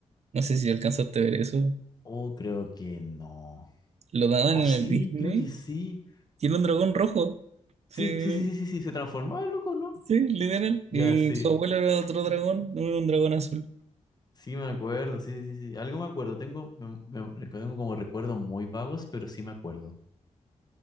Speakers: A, on the right (about 60°); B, on the left (about 30°).
A: No sé si alcanzaste a ver eso.
B: Oh, creo que no.
A: Lo daban
B: Oh,
A: en
B: sí,
A: el Disney
B: creo que sí.
A: y era un dragón rojo. Sí,
B: Sí, sí, sí, sí, sí, sí. Se transformaba el loco, ¿no?
A: sí, literal.
B: Ya,
A: Y
B: sí.
A: su abuelo era otro dragón, no era un dragón azul.
B: Sí, me acuerdo. Sí, sí, sí. sí. Algo me acuerdo. Tengo, me- me- recu- tengo como recuerdos muy vagos, pero sí me acuerdo.